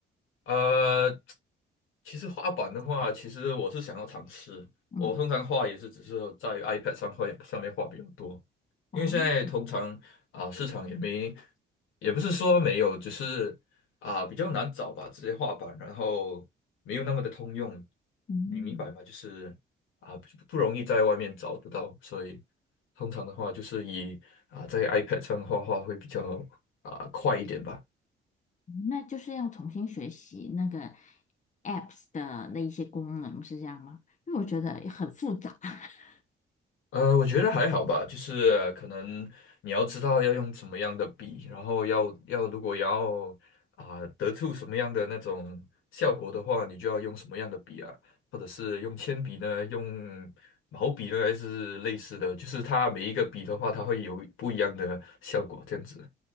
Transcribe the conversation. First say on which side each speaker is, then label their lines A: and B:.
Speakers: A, on the left; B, on the left.
A: 呃，其实画板的话，其实我是想要尝试。
B: 嗯，
A: 我通常画也是只是在 iPad 上画上面画比较多，
B: 哦，
A: 因为现在通常啊、市场也没，也不是说没有，只是啊、比较难找吧这些画板，然后没有那么的通用，
B: 嗯，
A: 你明白吗？就是啊、不不容易在外面找得到，所以通常的话就是以啊、在 iPad 上画画会比较啊、快一点吧。
B: 那就是要重新学习那个 apps 的那一些功能，是这样吗？因为我觉得很复杂，<laughs>
A: 呃，我觉得还好吧，就是可能你要知道要用什么样的笔，然后要要如果要啊、得出什么样的那种效果的话，你就要用什么样的笔啊，或者是用铅笔呢，用毛笔呢，还是类似的，就是它每一个笔的话，它会有不一样的效果，这样子。